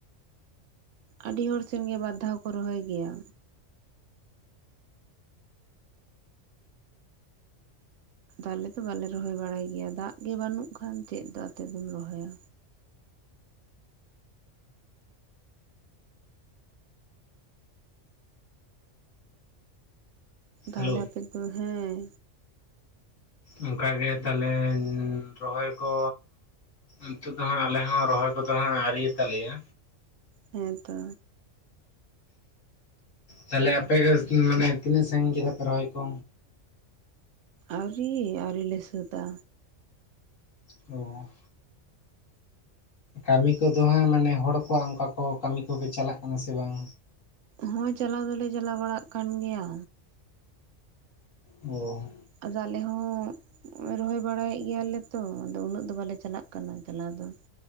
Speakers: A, on the right; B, on the left.
A: ᱟᱹᱰᱤ ᱦᱚᱲ ᱥᱮᱱ ᱜᱮ ᱵᱟᱨᱫᱷᱟᱣ ᱠᱚ ᱨᱚᱦᱚᱭ ᱜᱮᱭᱟ᱾ ᱟᱞᱮ ᱫᱚ ᱵᱟᱞᱮ ᱨᱚᱦᱚᱭ ᱵᱟᱲᱟᱭ ᱜᱮᱭᱟ ᱫᱟᱜ ᱜᱮ ᱵᱟᱹᱱᱩᱜ ᱠᱷᱟᱱ ᱪᱮᱫ ᱫᱟᱜ ᱛᱮᱫᱚᱢ ᱨᱚᱦᱚᱭᱟ᱾ ᱛᱟᱦᱚᱞᱮ
B: ᱦᱮᱞᱳ
A: ᱟᱯᱮᱫᱚ ᱦᱮᱸᱼᱼ
B: ᱚᱱᱠᱟᱜᱮ ᱛᱟᱦᱞᱮ ᱨᱚᱦᱚᱭ ᱠᱚᱼᱼ ᱱᱤᱛᱚᱜ ᱫᱚ ᱦᱟᱜ ᱟᱞᱮ ᱦᱚᱸ ᱨᱚᱦᱚᱭ ᱠᱚᱫᱚ ᱦᱟᱜ ᱟᱣᱨᱤᱭᱟᱜ ᱛᱟᱞᱮᱭᱟ᱾
A: ᱦᱮᱸᱛᱚ
B: ᱛᱟᱦᱞᱮ ᱟᱯᱮ ᱜᱮ ᱢᱟᱱᱮ ᱛᱤᱱᱟᱹᱜ ᱥᱟᱺᱜᱤᱧ ᱠᱮᱫᱟ ᱯᱮ ᱨᱚᱦᱚᱭ ᱠᱚ?
A: ᱟᱹᱣᱨᱤ ᱟᱹᱣᱤᱞ ᱞᱮ ᱥᱟᱹᱛᱟ
B: ᱚ ᱠᱟᱹᱢᱤ ᱠᱚᱫᱚ ᱦᱟᱸᱜ ᱢᱟᱱᱮ ᱦᱚᱲ ᱠᱚᱣᱟᱜ ᱚᱱᱠᱟ ᱠᱚ ᱠᱟᱹᱢᱤ ᱠᱚᱜᱮ ᱪᱟᱞᱟᱜ ᱠᱟᱱᱟ ᱥᱮ ᱵᱟᱝ?
A: ᱦᱚᱸ ᱪᱟᱞᱟᱣ ᱫᱚᱞᱮ ᱪᱟᱞᱟᱣ ᱵᱟᱲᱟᱜ ᱠᱟᱱ ᱜᱮᱭᱟ᱾
B: ᱚ
A: ᱟᱫᱚ ᱟᱞᱮ ᱦᱚᱸ ᱨᱚᱦᱚᱭ ᱵᱟᱲᱟᱭᱮᱫ ᱜᱮᱭᱟᱞᱮ ᱛᱚ ᱟᱫᱚ ᱩᱱᱟᱹᱜ ᱫᱚ ᱵᱟᱞᱮ ᱪᱟᱞᱟᱜ ᱠᱟᱱᱟ ᱪᱟᱞᱟᱣ ᱫᱚ᱾